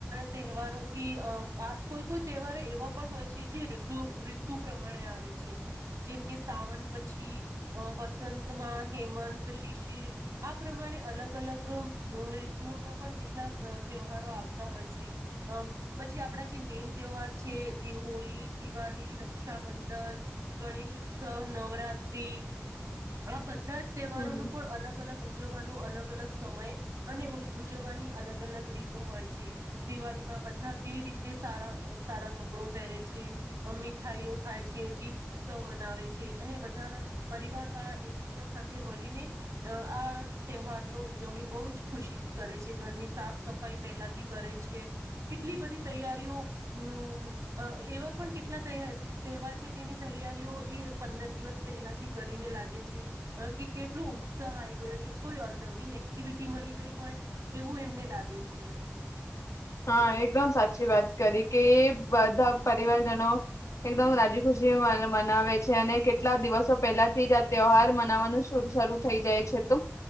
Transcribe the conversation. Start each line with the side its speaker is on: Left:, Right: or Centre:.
Right: તહેવારોથી અ આ કોઈ કોઈ તહેવારો એવા પણ હોય છે, જે ઋતુ ઋતુ પ્રમાણે આવે છે જેમ કે સાવન પછી અ વસંતમાં હેમંત શિશિર આ પ્રમાણે અલગ અલગ ઋતુઓમાં પણ કેટલા તહેવારો આવતા હોય છે, હમ પછી આપડા જે મેન તહેવાર છે હોળ દિવાળી રક્ષાબંધન ગણેશ ઉત્સવ નવરાત્રી આ બધા બધા જ તહેવારોનો
Left: હમ
Right: પણ અલગ અલગ ઉજવ ન અલગ અલગ સમય અને ઉજવવાની અલગ અલગ રીતો હોય છે, દિવાળીમાં બધા કેવી રીતે સારા સારા કપડો પહેરે છે મીઠાઈઓ ખાય છે દીપ ઉત્સવ મનાવે છે, અને બધાના પરિવાર વાળા એકબીજા સાથે મળીને આ તહેવારની ઉજવણી બહુ જ ખુશી કરે છે ઘરની સાફ સફાઈ પહેલાથી કરે છે કેટલી બધી તૈયારીઓ હમ એવા પણ કેટલા તહેવાર છે, જેની તૈયારીઓ એ પંદર દિવસ પહેલાથી કરીને લાગે છે, કે કેટલો ઉત્સાહ આવી ગયો એક કોઈ નવીન એક્ટિવિટી મળી ગઈ હોય એવું એમને લાગે છે,
Left: હા એકદમ સાચી વાત કરી કે બધા પરિવારજનો એકદમ રાજી ખુશી મનાવે છે, અને કેટલા દિવસો પહેલાથી જ આ તહેવાર મનાવવાનું શરૂ થઈ જાય છે, તો